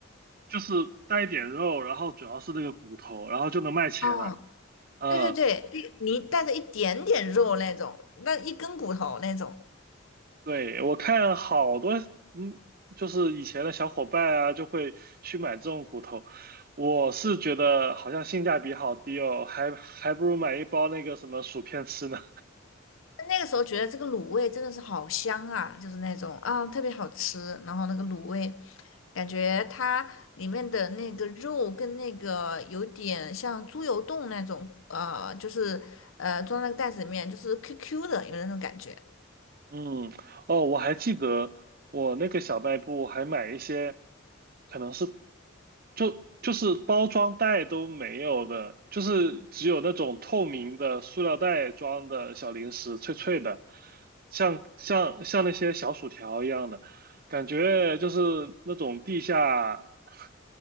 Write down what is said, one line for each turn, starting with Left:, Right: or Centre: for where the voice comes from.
Right: 就是带一点肉，然后主要是那个骨头，然后就能卖钱了。
Left: 嗯，
Right: 嗯，
Left: 对对对，你带着一点点肉那种，那一根骨头那种。
Right: 对，我看好多，嗯，就是以前的小伙伴啊，就会去买这种骨头。我是觉得好像性价比好低哦，还还不如买一包那个什么薯片吃呢。
Left: 那个时候觉得这个卤味真的是好香啊，就是那种啊特别好吃，然后那个卤味。感觉它里面的那个肉跟那个有点像猪油冻那种，呃，就是呃装在那个袋子里面，就是 QQ 的，有那种感觉。
Right: 嗯，哦，我还记得我那个小卖部还买一些，可能是就就是包装袋都没有的，就是只有那种透明的塑料袋装的小零食，脆脆的，像像像那些小薯条一样的，感觉就是那种地下 <laughs>